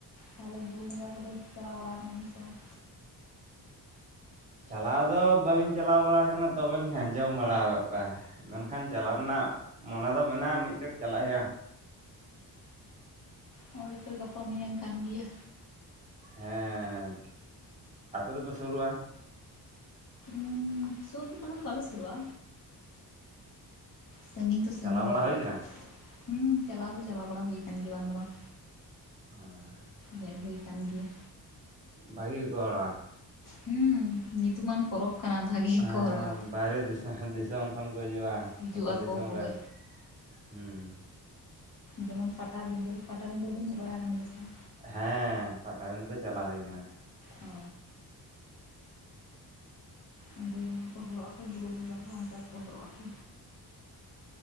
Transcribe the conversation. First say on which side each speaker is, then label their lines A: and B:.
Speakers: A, on the left; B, on the right.
A: ᱛᱟᱞᱦᱮ ᱵᱩᱨᱩ ᱵᱚᱸᱜᱟ ᱠᱚᱫᱚ ᱵᱤᱱ ᱪᱟᱞᱟᱣ ᱵᱟᱲᱟ ᱠᱟᱱᱟ ᱵᱤᱱ ᱥᱮ ᱵᱟᱝ
B: ᱪᱟᱞᱟᱣ ᱫᱚ ᱵᱟᱹᱞᱤᱧ ᱪᱟᱞᱟᱣ ᱵᱟᱲᱟ ᱠᱟᱱᱟ ᱛᱚᱵᱮ ᱞᱤᱧ ᱟᱸᱡᱚᱢ ᱵᱟᱲᱟᱣ ᱠᱟᱜ ᱠᱚᱣᱟ ᱢᱮᱱᱠᱷᱟᱱ ᱪᱟᱞᱟᱜ ᱨᱮᱱᱟᱜ ᱢᱚᱱᱮ ᱫᱚ ᱢᱮᱱᱟᱜ-ᱟ ᱢᱤᱫ ᱪᱚᱴ ᱪᱟᱞᱟᱜ ᱦᱳᱭᱳᱜ-ᱟ
A: ᱦᱚᱭ ᱛᱚ ᱜᱟᱯᱟ ᱢᱮᱭᱟᱝ ᱠᱟᱱ ᱜᱮᱭᱟ
B: ᱦᱮᱸ ᱟᱯᱮ ᱫᱚᱯᱮ ᱥᱩᱨᱩᱜᱼᱟ
A: ᱩᱸ ᱥᱩᱨ ᱫᱚ ᱵᱟᱠᱦᱟᱱ ᱵᱟᱞᱮ ᱥᱩᱨᱩᱜᱼᱟ ᱥᱟᱺᱜᱤᱧ ᱫᱚ ᱥᱟᱺᱜᱤᱧ
B: ᱪᱟᱞᱟᱣ ᱵᱟᱲᱟ
A: ᱧᱚᱜ ᱜᱮᱭᱟ
B: ᱦᱩᱭ ᱠᱟᱱᱟ?
A: ᱦᱩᱸ ᱪᱟᱞᱟᱣ ᱫᱚ ᱪᱟᱞᱟ ᱵᱟᱲᱟ ᱦᱩᱭ ᱠᱟᱱ ᱜᱮᱭᱟ ᱵᱟᱝ ᱫᱚ ᱵᱟᱝ
B: ᱟᱦ
A: ᱦᱮᱡ ᱦᱩᱭ ᱠᱟᱱ ᱜᱮᱭᱟ
B: ᱵᱷᱟᱹᱜᱤ ᱜᱮᱠᱚ ᱦᱚᱲᱚᱜᱼᱟ
A: ᱦᱩᱸ ᱧᱩᱛᱩᱢᱟᱱ ᱯᱚᱨᱚᱵᱽ ᱠᱟᱱᱟ ᱵᱷᱟᱹᱜᱤ ᱜᱮᱠᱚ
B: ᱦᱮᱸ
A: ᱦᱚᱲᱚᱜ-ᱟ
B: ᱵᱟᱭᱨᱮ ᱫᱤᱥᱚᱢ ᱫᱤᱥᱚᱢ ᱠᱷᱚᱱ ᱠᱚ ᱦᱤᱡᱩᱜᱼᱟ
A: ᱦᱤᱡᱩᱜ
B: ᱜᱚᱴᱟ
A: ᱟᱠᱚ
B: ᱫᱤᱥᱚᱢ
A: ᱦᱳᱭ
B: ᱨᱮᱱ ᱦᱩᱸ
A: ᱡᱮᱢᱚᱱ ᱯᱟᱴᱟᱵᱤᱸᱫᱟᱹ ᱯᱟᱴᱟᱵᱤᱸᱫᱟᱹ ᱠᱚᱢ ᱦᱮᱡ ᱵᱟᱲᱟ ᱠᱟᱱ ᱜᱮᱭᱟ ᱥᱮ ᱵᱟᱝ
B: ᱦᱮᱸ ᱯᱟᱴᱟᱵᱤᱫᱟᱹ ᱫᱚ ᱪᱟᱞᱟᱣ ᱦᱩᱭ ᱠᱟᱱᱟ
A: ᱚ ᱚᱸᱰᱮ ᱡᱮᱢᱚᱱ ᱠᱚ ᱦᱚᱲᱚᱜ ᱟᱠᱚ ᱵᱩᱨᱩ ᱵᱚᱸᱜᱟ ᱨᱮ ᱦᱚᱸ ᱚᱱᱠᱟ ᱜᱮ ᱠᱚ ᱦᱚᱲᱚᱜ ᱟᱠᱚ